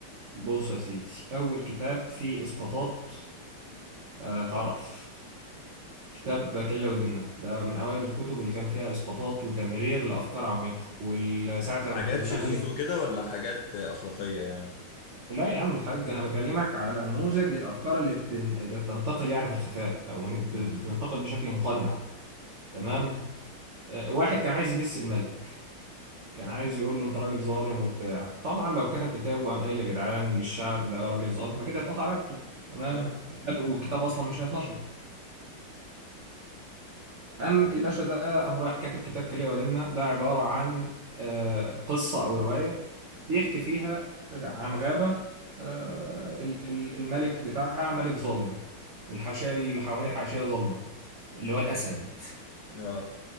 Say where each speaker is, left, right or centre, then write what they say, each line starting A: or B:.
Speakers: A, on the right (about 75°); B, on the left (about 75°).
A: بص يا سيدي اول كتاب فيه اسقاطات آه، اتعرف كتاب كليلة ودمنة ده من أوائل الكتب اللي كان فيها إسقاطات وتمرير لأفكار عميقة وساعة
B: حاجات
A: لما الملك
B: شذوذ وكده ولا حاجات أخلاقية يعني
A: لا يا عم الحاج أنا بكلمك على نموذج للأفكار اللي, بتن... اللي بتنتقل يعني في الخفاء أو بت-
B: امم
A: بتنتقل بشكل مقنع تمام
B: ايوه
A: آه، واحد كان عايز يدس الملك كان عايز يقول له أنت راجل ظالم وبتاع طبعا لو كتب كتاب وقام قايل يا جدعان للشعب ده راجل ظالم كده اتقطع رقبته تمام
B: اه
A: والكتاب أصلا مش هيتنشر قام
B: اكيد
A: الباشا ده قام رايح كاتب كتاب كلية ودمنة ده عبارة عن آه، قصة أو رواية بيحكي فيها عن غابة آه، ال- ال- الملك بتاعها ملك ظالم والحاشية اللي حواليه حاشية ظالمة اللي هو الأسد
B: اه